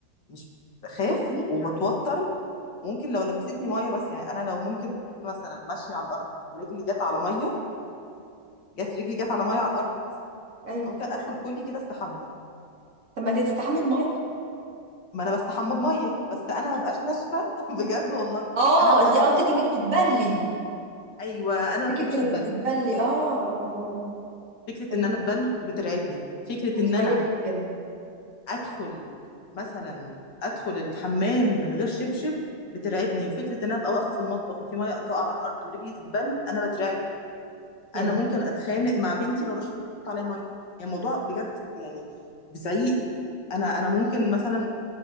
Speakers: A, on the left; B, on the right.
A: مش بخاف
B: يا لهوي
A: وبتوتر وممكن لو لمستني ميه بس يعني انا لو ممكن مثلا ماشيه على الارض ورجلي جت على ميه جت رجلي جت على ميه على الارض
B: ايوه
A: أو ممكن ادخل كلي كده استحمى
B: طب ما انت تستحمي بميه
A: ما انا بستحمى بميه بس انا ما ببقاش ناشفه <laughs> بجد والله
B: اه
A: انا ما ببقاش
B: انت قصدك
A: ناشفه
B: انك تتبلي
A: ايوه انا
B: فكره
A: ما بحبش
B: انك
A: اتبل
B: تتبلي اه اه اه اه
A: فكره
B: فكرة
A: ان انا اتبل بترعبني فكره ان
B: مزعجه
A: انا
B: جدا
A: ادخل مثلا ادخل الحمام من غير شبشب بترعبني وفكره ان انا ابقى واقفه في المطبخ وفي ميه تقع على الارض ورجلي تتبل انا بترعب
B: يا
A: انا
B: لهوي
A: ممكن اتخانق مع بنتي لو رشت عليا ميه يعني الموضوع بجد يعني بزعيق انا انا ممكن مثلا